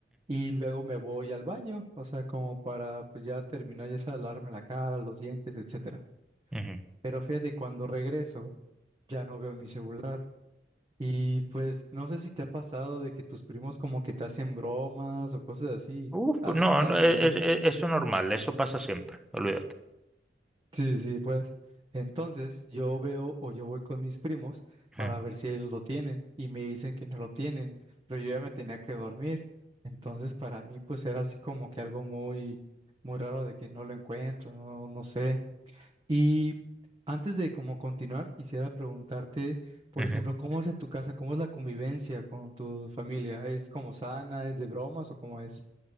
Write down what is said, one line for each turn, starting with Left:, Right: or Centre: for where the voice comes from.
Right: y luego me voy al baño, o sea, como para, pues ya terminar, ya sea lavarme la cara, los dientes, etcétera.
Centre: Ujú, ujú.
Right: Pero fíjate, cuando regreso, ya no veo mi celular. Y pues no sé si te ha pasado de que tus primos como que te hacen bromas o cosas así.
Centre: Uf,
Right: ¿Has
Centre: no,
Right: estado
Centre: no, e-
Right: como en eso?
Centre: e- e- eso es normal, eso pasa siempre, olvídate.
Right: Sí, sí, pues. Entonces yo veo o yo voy con mis primos
Centre: Ujú,
Right: para ver si ellos lo tienen y me dicen que no lo tienen, pero yo ya me tenía que dormir. Entonces para mí pues era así como que algo muy, muy raro de que no lo encuentro, no, no sé. Y antes de como continuar, quisiera preguntarte, por
Centre: ujú.
Right: ejemplo, ¿cómo es en tu casa? ¿Cómo es la convivencia con tu familia? ¿Es como sana? ¿Es de bromas o cómo es?